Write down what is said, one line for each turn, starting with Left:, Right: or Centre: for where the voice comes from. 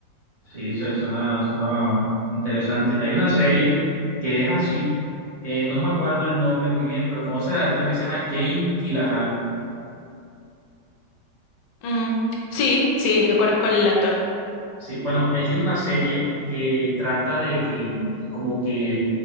Right: Sí, se suena, suena interesante. Hay una serie que es así, eh, no me acuerdo el nombre muy bien, pero conoces al actor que se llama Jane Gyllenhaal.
Left: Mm, sí, sí, lo conozco al actor.
Right: Sí, bueno, él tiene una serie que trata de que mm, como que